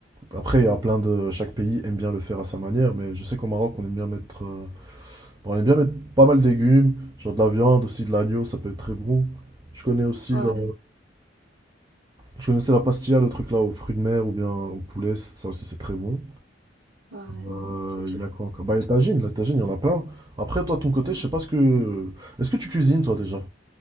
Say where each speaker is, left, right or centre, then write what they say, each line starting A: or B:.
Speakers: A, on the right; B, on the right.
A: Après, il y a plein de... Chaque pays aime bien le faire à sa manière, mais je sais qu'au Maroc, on aime bien mettre... euh, bon, on aime bien mettre pas mal de légumes, genre de la viande, aussi de l'agneau, ça peut être très bon. Je connais aussi
B: Ouais,
A: la... Je connaissais la pastilla, le truc là, aux fruits de mer ou bien au poulet, ça aussi c'est très bon.
B: ouais.
A: Euh,
B: Sucre.
A: il y a quoi encore? Bah, les tagines, la tagine, il y en a plein. Après, toi, de ton côté, je sais pas ce que... Est-ce que tu cuisines, toi, déjà?